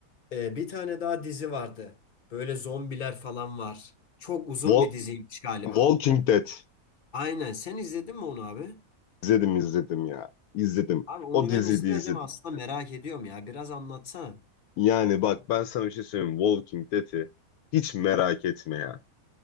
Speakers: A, on the left (about 40°); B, on the left (about 75°).
A: E, bir tane daha dizi vardı. Böyle zombiler falan var. Çok uzun
B: Wal-
A: bir diziymiş galiba.
B: Walking Dead.
A: Aynen. Sen izledin mi onu abi?
B: İzledim izledim ya. İzledim.
A: Abi onu
B: O diziyi
A: ben izlemedim
B: de izledik.
A: aslında merak ediyorum ya. Biraz anlatsana.
B: Yani bak ben sana bir şey söyleyeyim. Walking Dead'i hiç merak etme ya.